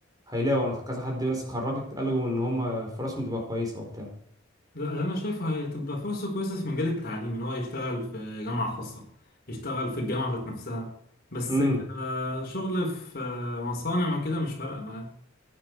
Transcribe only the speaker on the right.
هيلاقوا انا كذا حد من الناس اتخرجت قالوا ان هم فرصهم تبقى كويسه وبتاع
امم